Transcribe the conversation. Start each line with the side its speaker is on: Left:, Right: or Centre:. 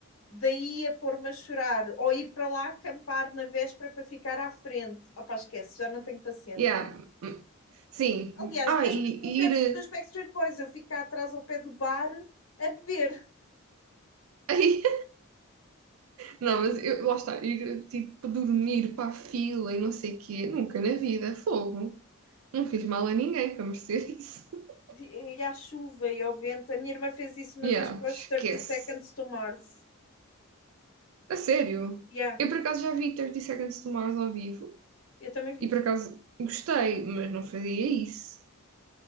Left: Daí a pôr-me a chorar ou ir para lá acampar na véspera para ficar à frente. Opá, esquece, já não tenho paciência.
Right: Yeah, hum, sim.
Left: Aliás,
Right: Ah,
Left: mesmo
Right: e,
Left: os concertos
Right: e ir. eh,
Left: dos Backstreet Boys, eu fico cá atrás ao pé do bar a beber.
Right: <laughs> ai, não, mas eu, lá está, ir eh, tipo dormir para a fila e não sei o quê, nunca na vida, fogo. Não fiz mal a ninguém para merecer isso. <laughs>
Left: E e à chuva e ao vento. A minha irmã fez isso uma
Right: Yeah,
Left: vez para
Right: esquece.
Left: os 30 Seconds to Mars.
Right: A sério?
Left: Yeah,
Right: Eu por acaso já vi 30 Seconds to Mars ao vivo
Left: eu também vi.
Right: e por acaso gostei, mas não fazia isso.